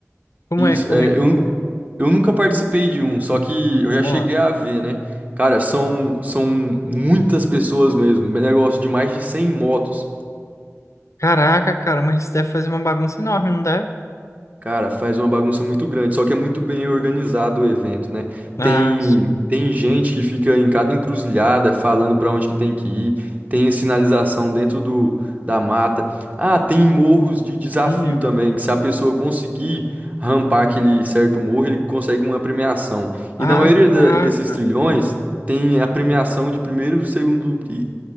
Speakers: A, on the left (about 75°); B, on the right (about 30°).
A: Como
B: Isso,
A: é, como
B: é,
A: é que...
B: eu, nu- eu nunca participei de um, só que eu já
A: Ah,
B: cheguei a ver, né? Cara, são, são muitas pessoas mesmo, negócio de mais de 100 motos.
A: caraca, cara, mas isso deve fazer uma bagunça enorme, não deve?
B: Cara, faz uma bagunça muito grande, só que é muito bem organizado o evento, né?
A: Ah,
B: Tem,
A: sim.
B: tem gente que fica em cada encruzilhada falando pra onde que tem que ir, tem a sinalização dentro do, da mata. Ah, tem morros de desafio
A: Hum.
B: também, que se a pessoa conseguir rampar aquele certo morro, ele consegue uma premiação.
A: Ah,
B: E na maioria
A: caraca.
B: da- desses trilhões, tem a premiação de primeiro, segundo, e-